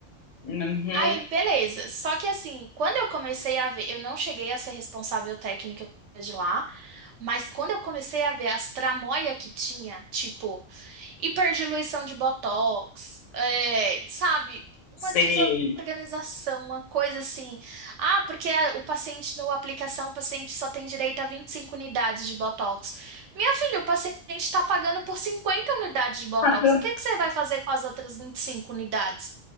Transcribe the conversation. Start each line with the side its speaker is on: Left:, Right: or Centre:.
Left: Uhum,
Right: Aí, beleza. Só que assim, quando eu comecei a ver, eu não cheguei a ser responsável técnica de lá, mas quando eu comecei a ver as tramóia que tinha, tipo, hiperdiluição de botox, é, sabe, uma
Left: sei.
Right: desorganização, uma coisa assim. Ah, porque a- o paciente, na aplicação, o paciente só tem direito a 25 unidades de botox. Minha filha, o paciente está pagando por 50 unidades de botox.
Left: Ah, tá.
Right: O que que você vai fazer com as outras 25 unidades?